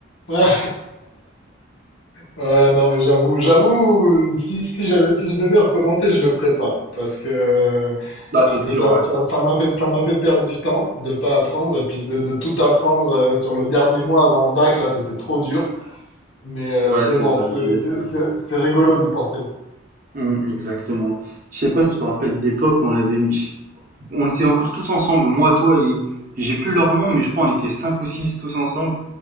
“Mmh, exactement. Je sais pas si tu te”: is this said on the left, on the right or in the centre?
Right